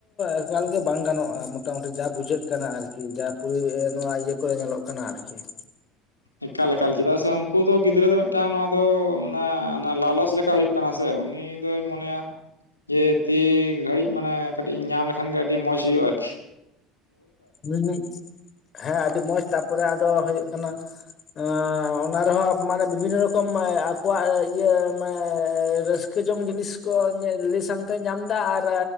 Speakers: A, on the left; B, on the left.
A: ᱮᱠᱟᱞ ᱜᱮ ᱵᱟᱝ ᱜᱟᱱᱚᱜᱼᱟ ᱢᱚᱴᱟᱢᱩᱴᱤ ᱡᱟ ᱵᱩᱡᱷᱟᱹᱜ ᱠᱟᱱᱟ ᱟᱨᱠᱤ ᱡᱟ ᱯᱩᱨᱤ ᱱᱚᱣᱟ ᱤᱭᱟᱹ ᱠᱚᱨᱮ ᱧᱮᱞᱚᱜ ᱠᱟᱱᱟ ᱟᱨᱠᱤ ᱾
B: ᱮᱠᱟᱞ ᱮᱠᱟᱞ, ᱪᱮᱫᱟᱜ ᱥᱮ ᱳᱝᱠᱳ ᱫᱚ ᱜᱤᱫᱽᱨᱟᱹ ᱫᱚ ᱢᱮᱫ ᱴᱟᱝ ᱱᱚᱣᱟ ᱫᱚᱻ ᱢᱟᱱᱮ ᱚᱱᱟ ᱞᱟᱞᱚᱪ ᱞᱮᱠᱟ ᱦᱩᱭᱩᱜ ᱠᱟᱱᱟ ᱥᱮ, ᱩᱱᱤ ᱫᱚᱭ ᱢᱚᱱᱮᱭᱟ ᱡᱮ ᱛᱤ ᱜᱷᱟᱹᱲᱤᱡ ᱢᱟᱱᱮ ᱠᱟᱹᱴᱤᱡ ᱤᱧ ᱧᱟᱢ ᱞᱮᱠᱷᱟᱱ ᱜᱮ ᱟᱹᱰᱤ ᱢᱚᱡᱽ ᱦᱩᱭᱩᱜᱼᱟ ᱟᱨᱠᱤ ᱾
A: ᱦᱩᱸ, ᱦᱮᱸ ᱟᱹᱰᱤ ᱢᱚᱸᱡᱽ ᱛᱟᱯᱚᱨᱮ ᱟᱫᱚ ᱦᱳᱭᱳᱜ ᱠᱟᱱᱟ ᱮᱻ ᱚᱱᱟ ᱨᱮᱦᱚᱸ ᱢᱟᱱᱮ ᱵᱤᱵᱷᱤᱱᱱᱚ ᱨᱚᱠᱚᱢ ᱟᱠᱚᱣᱟᱜ ᱤᱭᱟᱹ ᱢᱟᱱᱮ ᱨᱟᱹᱥ ᱠᱟᱹ ᱡᱚᱝ ᱡᱤᱱᱤᱥ ᱠᱚ ᱞᱟᱹᱭ ᱥᱟᱣᱛᱮ ᱧᱟᱢ ᱫᱟ ᱟᱨ